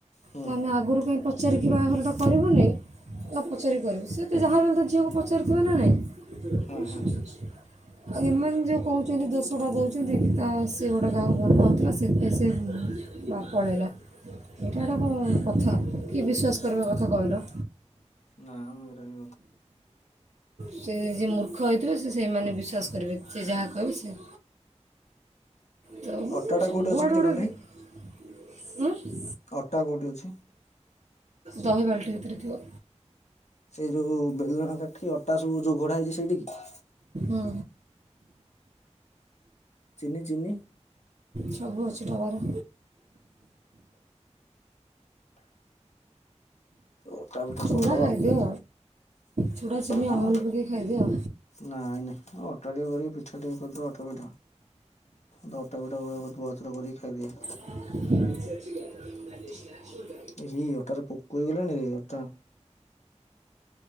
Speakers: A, on the left (about 70°); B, on the right (about 70°).
A: ହୁଁ
B: ତ ଆମେ ଆଗୁରୁ କାହିଁ ପଚାରିକି ବାହାଘରଟା କରିବୁନି। ତ ପଚାରିପାରିବେ ସେ ତ ଯାହାବି ହେଲେ ତ ଝିଅକୁ ପଚାରିଥିବେ ନା ନାଇଁ।
A: ହଁ ହଁ
B: ହେମାନେ ଯଉ କହୁଚନ୍ତି ଦୋଷ ଟା ଦଉଚନ୍ତି କି ତା ସିଏ ଗୋଟେ କାହାକୁ ଭଲ ପାଉଥିଲା ସେଥିପାଇଁ ସେ ବା ପଳେଇଲା ଏଇଟା ଗୋଟେ କଣ୍ କଥା କିଏ ବିଶ୍ୱାସ
A: ଏସ୍
B: କରିବ କଥା କହିଲ।
A: ନାଁ ମୁଁ ଯାଇନି।
B: ସେ ଯିଏ ମୂର୍ଖ ହେଇଥିବେ ସେ ସେଇମାନେ ବିଶ୍ୱାସ କରିବେ ସେ ଯାହା କହିବ ସେ ତ
A: ଅଟାଟା
B: ସମ୍ବୁ
A: କେଉଁଠି ଅଛି
B: ଆଡୁ
A: କିରେ କହନି
B: ଗୋଟେ ଗେ-ଉଁ-
A: ଅଟା କଉଠି ଅଛି?
B: ଦହି ବାଲ୍ଟି ଭିତରେ ଥିବ।
A: ସେ ଯଉ ବେଲଣା କାଠି ଅଟା ସବୁ ଯଉ ଘୋଡ଼ା ହେଇଚି ସେଇଠିକି।
B: ହୁଁ।
A: ଚିନି ଚିନି।
B: ସବୁ ଅଛି ଟବାରେ।
A: ଅଟା ପିଠା
B: ଚୁଡ଼ା
A: କରିଦେବା
B: ଖାଇଦିଅ।
A: ଆଉ
B: ଚୁଡ଼ା, ଚିନି,
A: ନା
B: ଅମୁଲ
A: ମ
B: ପକେଇ ଖାଇଦିଅ।
A: ନାଇଁ ନାଇଁ। ଅଟା ଟିକେ କରିକି ପିଠା ଟିକେ କରିଦବା ଅଟା ପିଠା। ତ ଅଟାପିଟା <unintelligible> ବହୁତଥର କରିକି ଖାଇଦିଏ।
B: <inaudible>
A: ଇହି ଅଟାରେ ପୋକ ହେଇଗଲାଣି ରେ ଅଟା।